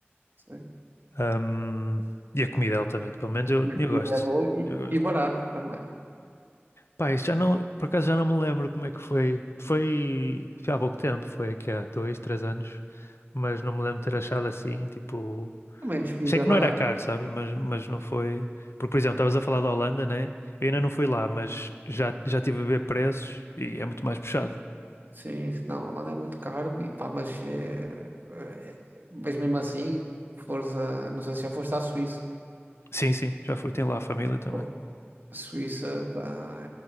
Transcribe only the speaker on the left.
Ahm, e a comida altamente, pelo menos eu,
eu gosto.
Eu gosto.
Pá, isso já não, por acaso já não me lembro como é que foi. Foi, foi há pouco tempo, foi aqui há dois, três anos, mas não me lembro de ter achado assim, tipo.
Achei que
não era caro, sabes? Mas, mas não foi. Porque, por exemplo, estavas a falar da Holanda, né? Eu ainda não fui lá, mas já, já estive a ver preços e é muito mais puxado.
Sim, sim, já fui. Tem lá a família também.